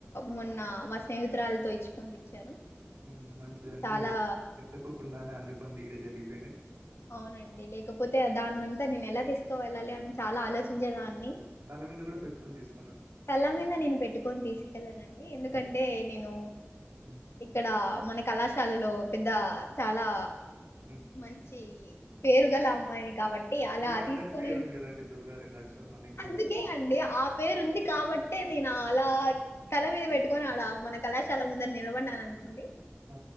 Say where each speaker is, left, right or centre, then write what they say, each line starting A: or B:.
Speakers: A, on the left (about 70°); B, on the right (about 60°).
A: మొన్న ఆ మా స్నేహితురాలతో ఇచ్చి పంపించాను
B: ఊ మంచిదండి
A: చాలా
B: మీరు పెట్టుకోకుండానే అన్ని పనులు ఈడే జరిగిపోయినాయి
A: అవునండి లేకపోతే దానంతా నేను ఎలా తీసుకో వెళ్ళాలి అని చాలా ఆలోచించేదాన్ని
B: తల మీద కూడా పెటుకొని తీసు
A: తల మీద నేను పెట్టుకొని తీసుకెళ్ళనండి ఎందుకంటే
B: హ్మ్.
A: నేను
B: హ్మ్.
A: ఇక్కడ మన కళాశాలలో పెద్ద చాలా
B: ఉ
A: మంచి పేరు గల అమ్మాయిని కాబట్టి అలా
B: మీకు ఆల్రెడీ
A: తీసుకొని
B: పేరుంది గదండీ! దుర్గా అక్షరాలు మళ్ళీ ఇంకా
A: అందుకే
B: ఎందుకు చెప్పారు?
A: అండి ఆ పేరు ఉంది కా కాబట్టే నేను అలా తల మీద పెట్టుకుని ఆడా మన కళాశాల ముందన నిలబడినాను అనుకోండి
B: అ